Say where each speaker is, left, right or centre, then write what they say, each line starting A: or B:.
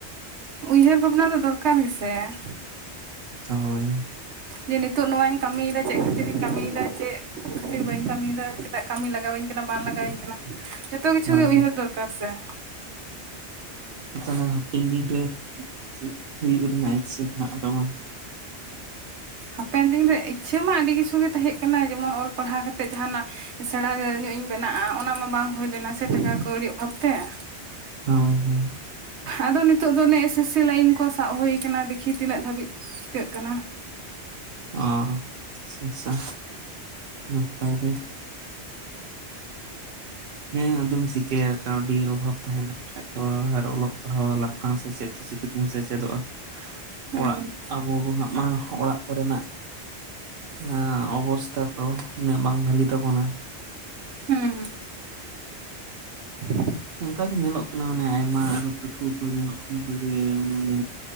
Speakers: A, on the right (about 80°); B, on the right (about 60°).
A: ᱩᱭᱦᱟᱹᱨ ᱵᱷᱟᱵᱽᱱᱟ ᱫᱚ ᱫᱚᱨᱠᱟᱨ ᱜᱮᱥᱮ ᱾
B: ᱦᱳᱭ ᱾
A: ᱡᱮ ᱱᱤᱛᱚᱜ ᱱᱚᱣᱟᱧ ᱠᱟᱹᱢᱤᱭᱮᱫᱟ, ᱪᱮᱫ ᱠᱷᱟᱹᱛᱤᱨᱤᱧ ᱠᱟᱹᱢᱤᱭᱮᱫᱟ? ᱪᱮᱫ ᱠᱷᱟᱹᱛᱤᱨ ᱵᱟᱹᱧ ᱠᱟᱹᱢᱤᱭᱮᱫᱟ? ᱪᱮᱫᱟᱜ? ᱠᱟᱹᱢᱤ ᱞᱟᱜᱟᱣᱤᱧ ᱠᱟᱱᱟ ᱵᱟᱝ ᱞᱟᱜᱟᱣᱟᱹᱧ ᱠᱟᱱᱟ, ᱡᱚᱛᱚ ᱠᱤᱪᱷᱩ
B: ᱦᱳᱭ
A: ᱜᱮ ᱩᱭᱦᱟᱹᱨ ᱫᱚᱨᱠᱟᱨ ᱥᱮ ᱾
B: ᱛᱟᱦᱚᱞᱮ ᱦᱟᱯᱮᱱ ᱫᱤᱱ ᱨᱮ ᱪᱮᱫ ᱦᱩᱭᱩᱜ ᱨᱮᱱᱟᱜ ᱤᱪᱷᱟᱹ ᱢᱮᱱᱟᱜ ᱛᱟᱢ?
A: ᱦᱟᱯᱮᱱ ᱫᱤᱱ ᱨᱮ ᱤᱪᱷᱟᱹ ᱢᱟ ᱟᱹᱰᱤ ᱠᱤᱪᱷᱩ ᱜᱮ ᱛᱟᱦᱮᱸ ᱠᱟᱱᱟ, ᱡᱮᱢᱚᱱ ᱚᱞ ᱯᱟᱲᱦᱟᱣ ᱠᱟᱛᱮ ᱡᱟᱦᱟᱸᱱᱟᱜ ᱥᱮᱬᱟ ᱧᱚᱜ ᱤᱧ ᱵᱮᱱᱟᱜᱼᱟ, ᱚᱱᱟ ᱢᱟ ᱵᱟᱝ ᱦᱩᱭ ᱞᱮᱱᱟ ᱥᱮ ᱴᱟᱠᱟ ᱠᱟᱹᱲᱤᱭᱟᱜ ᱚᱵᱷᱟᱵᱛᱮ ᱾
B: ᱦᱳᱭ ᱦᱳᱭ ᱾
A: ᱟᱫᱚ ᱱᱤᱛᱚᱜ ᱫᱚ ᱚᱱᱮ ᱮᱥᱮᱥᱥᱤ ᱞᱟᱹᱭᱤᱱ ᱠᱚ ᱥᱟᱵ ᱦᱩᱭ ᱟᱠᱟᱱᱟ, ᱫᱮᱠᱷᱤ ᱛᱤᱱᱟᱹᱜ ᱫᱷᱟᱹᱵᱤᱡ ᱪᱤᱠᱟᱹᱜ ᱠᱟᱱᱟ ᱾
B: ᱚᱸ, ᱟᱪᱪᱷᱟ, ᱟᱪᱪᱷᱟ, ᱱᱟᱯᱟᱭ ᱜᱮ ᱾ ᱦᱮᱸ, ᱟᱫᱚᱢ ᱪᱤᱠᱟᱹᱭᱟ ᱠᱟᱹᱣᱰᱤ ᱚᱵᱷᱟᱵ ᱛᱟᱦᱮᱱᱟ ᱠᱷᱟᱡ ᱫᱚ ᱟᱨ ᱚᱞᱚᱜ ᱯᱟᱲᱦᱟᱣ ᱵᱟᱝ ᱥᱮᱪᱮᱫ ᱛᱮ ᱪᱤᱠᱟᱹ ᱛᱮᱵᱚᱱ ᱥᱮᱪᱮᱫᱚᱜᱼᱟ?
A: ᱦᱮᱸ
B: ᱚᱲᱟᱜ
A: ᱦᱩᱸ
B: ᱟᱵᱚ ᱠᱚ ᱦᱟᱸᱜ ᱢᱟ ᱚᱲᱟᱜ ᱠᱚᱨᱮ ᱱᱟᱜ ᱦᱮᱸ, ᱚᱵᱚᱽᱥᱛᱷᱟ ᱠᱚ ᱩᱱᱟᱹᱜ ᱵᱟᱝ ᱵᱷᱟᱹᱞᱤ ᱛᱟᱵᱚᱱᱟ ᱾
A: ᱦᱩᱸᱻ ᱾ <inaudible>
B: ᱚᱱᱠᱟ ᱜᱮ ᱧᱮᱞᱚᱜ ᱠᱟᱱᱟ, ᱢᱟᱱᱮ ᱟᱭᱢᱟ ᱯᱟᱹᱴᱷᱩᱣᱟᱹ ᱠᱚ ᱧᱮᱞᱚᱜ ᱠᱟᱱᱟ ᱡᱮ ᱢᱟᱱᱮ